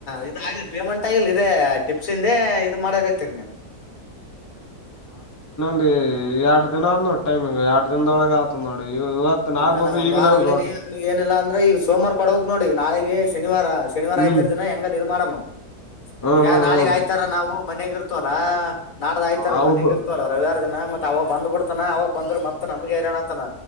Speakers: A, on the left; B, on the left.
A: ಇದ ಆಗ ಪೇಮೆಂಟ್ ಆಗಿಲ್ಲ ಇ ಟಿಪ್ಸ ಇಂದ ಅ ಮಾಡಕತೀರಿ ನೀನ್
B: ಇಲ್ಲಿ ಎರಡ್ ದಿನ ಆದ ನೋಡಿ ಟೈಮಿಂಗ್ ಎರಡ್ ದಿನದೊಳಗ್ ಆತ ನೋಡಿ ಇವತ್
A: ಈಗ
B: ಆಗ್ಬೋದು
A: ನಾ ಒಂದ್
B: ಈಗನ
A: ವಾರ
B: ಆಗ್ಬೋದು
A: ಹೇಳಿನನಿ
B: ಒಟ
A: ನೀವು ಏನಿಲ್ಲ ಅಂದ್ರೆ ಈಗ ಸೋಮವಾರ ಕೊಡಕ್ ನೋಡಿ ನಾಳೆೆಗೆ ಶನಿವಾರ ಶನಿವಾರ
B: ಹ್ಮ್
A: ಆಯ್ತರ ದಿನ ಹೆಂಗ ನೀರು ಮಾಡಮ್ಮ್
B: ಹ್ಮ್
A: ಈಗ
B: ಹ್ಮ್
A: ನಾಳಗ್
B: ಹ್ಮ್
A: ಆಯ್ತಾರ ನಾವು ಮನೆಗ ಇರ್ತವಲ್ಲಾ ನಾಡ್ದ ಆಯ್ತಾರ
B: ಹೌದು
A: ಮನೆಗ ಇರ್ತವಲ್ಲ ರವಾರ ಮತ್ತತ್ ಅವಾಗ ಬಂದ್ ಬಿಡ್ತಾನ ಅವಾಗ ಬಂದ್ರ ಮತ್ತತ್ ನಮ್ಗೆ ಹೈರಾಣ್ ಆತನ